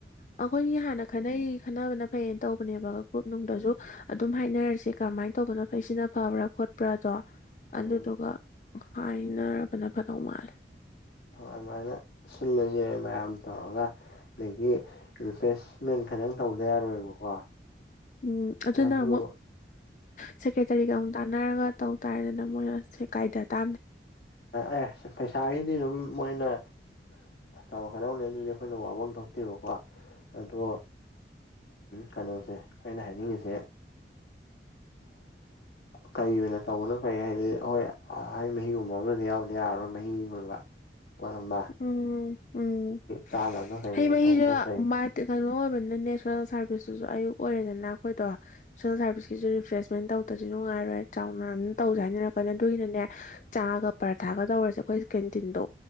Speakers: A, on the left (about 45°); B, on the left (about 70°).
A: ꯑꯩꯈꯣꯏꯒꯤ ꯍꯥꯟꯅ꯫ ꯈꯠꯅꯩ ꯈꯠꯅꯕꯅ ꯐꯩꯌꯦꯅ ꯇꯧꯕꯅꯦꯕ ꯒ꯭ꯔꯨꯞ ꯅꯨꯡꯗꯁꯨ ꯑꯗꯨꯝ ꯍꯥꯏꯅꯔꯁꯦ ꯀꯔꯝꯍꯥꯏꯅ ꯇꯧꯕꯅꯣ ꯐꯩꯁꯤꯅ ꯐꯕ꯭ꯔꯥ ꯈꯣꯠꯄ꯭ꯔꯥꯗꯣ
B: ꯎꯝ
A: ꯑꯗꯨꯗꯨꯒ ꯍꯥꯏꯅꯔꯕꯅ ꯐꯗꯧ ꯃꯥꯜꯂꯦ
B: ꯑꯗꯨꯃꯥꯏꯅ ꯁꯤꯜꯂꯁꯦ ꯃꯌꯥꯝ ꯇꯧꯔꯒ ꯑꯗꯒꯤ ꯔꯤꯐꯦꯁ ꯃꯦꯟ ꯈꯇꯪ ꯇꯧꯗ ꯌꯥꯔꯣꯏꯕꯀꯣ
A: ꯎꯝ ꯑꯗꯨꯅ
B: ꯑꯗꯨ
A: ꯑꯃꯨꯛ ꯁꯦꯀ꯭ꯔꯦꯇꯔꯤꯒ ꯑꯃꯨꯛ ꯇꯥꯟꯅꯔꯒ ꯇꯧ ꯇꯥꯔꯦꯗꯅ ꯃꯣꯏ ꯑꯁꯦ ꯀꯥꯏꯗ ꯇꯥꯕꯅꯦ
B: ꯑꯦ ꯄꯩꯁꯥꯒꯤꯗꯤ ꯑꯗꯨꯝ ꯃꯣꯏꯅ ꯇꯧꯔꯛꯀ ꯗꯧꯅꯤ ꯑꯩꯈꯣꯏꯅ ꯋꯥꯕꯝ ꯊꯣꯛꯇꯦꯕꯀꯣ ꯑꯗꯣ ꯀꯩꯅꯣꯁꯦ ꯑꯩꯅ ꯍꯥꯏꯅꯤꯡꯉꯤꯁꯦ ꯀꯩ ꯑꯣꯏꯅ ꯇꯧꯕꯅ ꯐꯩ ꯍꯥꯏꯗꯤ ꯍꯣꯏ ꯍꯩ ꯃꯍꯤꯒꯨꯝꯕ ꯌꯥꯎꯗꯦ ꯌꯥꯔꯣꯏ ꯃꯍꯤ ꯑꯣꯢꯕ
A: ꯑꯝ ꯎꯝ
B: ꯆꯥꯅꯕꯅ ꯀꯩ
A: ꯍꯩ
B: ꯑꯣꯏꯅ
A: ꯃꯍꯤꯗꯣ
B: ꯇꯧꯕꯅ ꯐꯩ
A: ꯀꯩꯅꯣ ꯑꯣꯏꯕꯅꯤꯅꯅꯦ ꯁꯣꯁꯦꯜ ꯁꯥꯔꯚꯤꯁꯇꯨꯁꯨ ꯑꯌꯨꯛ ꯑꯣꯏꯔꯦꯗꯅ ꯑꯩꯈꯣꯏꯗꯣ ꯁꯣꯁꯦꯜ ꯁꯥꯔꯚꯤꯁ꯫ ꯁꯤꯁꯨ ꯔꯤꯐ꯭ꯔꯦꯁꯃꯦꯟ ꯇꯧꯗ꯭ꯔꯗꯤ ꯅꯨꯡꯉꯥꯏꯔꯣꯏ ꯆꯥꯎꯅ ꯑꯗꯨꯝ ꯇꯧꯖꯦ ꯍꯥꯏꯅꯔꯛꯀꯅꯤ ꯑꯗꯨꯒꯤꯅꯅꯦ ꯆꯥꯒ꯫ ꯄꯔꯥꯊꯥꯒ ꯇꯧꯔꯁꯦ ꯑꯩꯈꯣꯏ ꯀꯦꯟꯇꯤꯟꯗꯣ꯫